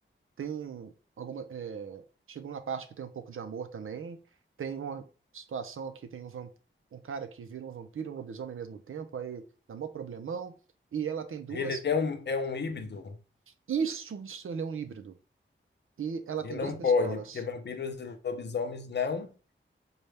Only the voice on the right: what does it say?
tem alguma é, chegou na parte que tem um pouco de amor também. Tem uma situação que tem um vamp... um cara que vira um vampiro e um lobisomem ao mesmo tempo, aí dá mó problemão e ela tem duas
Isso, isso ele é um híbrido. e ela
tem
duas pistolas.